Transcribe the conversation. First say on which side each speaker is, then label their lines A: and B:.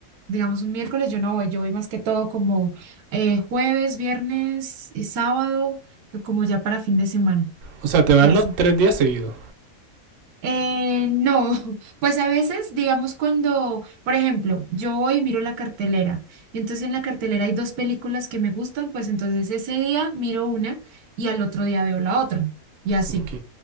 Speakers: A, on the right; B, on the right.
A: digamos un miércoles yo no voy, yo voy más que todo como eh, jueves, viernes y sábado, como ya para fin de semana
B: O sea, te vas
A: y así.
B: los tres días seguidos.
A: Eh, no, <laughs> pues a veces, digamos, cuando, por ejemplo, yo voy y miro la cartelera, entonces en la cartelera hay dos películas que me gustan, pues entonces ese día miro una y al otro día veo la otra, y así
B: Ok.